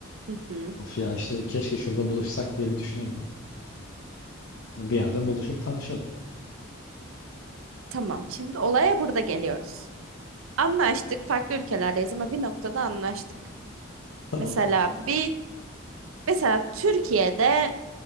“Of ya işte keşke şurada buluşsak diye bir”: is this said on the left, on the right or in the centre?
Left